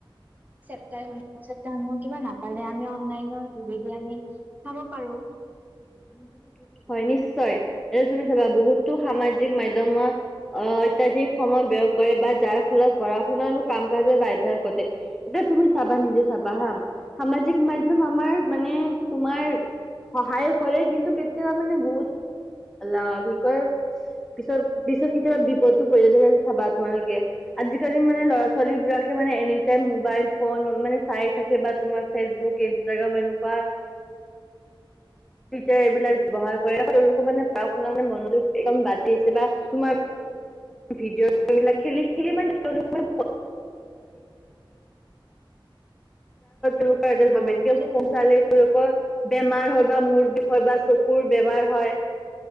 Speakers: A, on the right (about 20°); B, in the centre.
A: <unintelligible> তাই নুপুচাই কিবা নাপালে আমি অনলাইনৰ যোগেদি আমি চাব পাৰো।
B: <inaudible> হয় নিশ্চয়, এ তুমি চাবা বহুতো সামাজিক মাধ্যমত অহ অত্যাধিক সময়ত বিয় পৰে বা যাৰ ফলত পঢ়া শুনাৰো কাম কাজৰ বাধ্য ঘটে, এতিয়া তুমি চাবা নিজে চাবা হা সামাজিক মাধ্যম আমাৰ মানে তোমাৰ সহায়ও কৰে, কিন্তু কেতিয়াবা মানে বহুত অল কি কয়, পিছত পিছত কেতিয়াবা বিপদো পৰি যায়, তেতিয়া চাবা তোমালোকে আজিকালি মানে ল'ৰা ছোৱালী বিলাকে মানে এনিটাইম মোবাইল ফোন মানে চাই থাকে বা তোমাৰ ফেচবুক <unintelligible> এনেকুৱা। তেতিয়া এইবিলাক ব্যৱহাৰ কৰে তেওঁলোকৰ মানে পঢ়া-শুনা মানে মনোযোগ একদম বাদ দি আছে। বা তোমাৰ ভিডিঅ'বিলাক <inaudible> আৰু তাৰ বেছিকে পচালে
A: অ' তেন
B: তেওঁলোকৰ বেমাৰ হয় বা মোৰ বিষ হয় বা চকুৰ বেমাৰ হয়।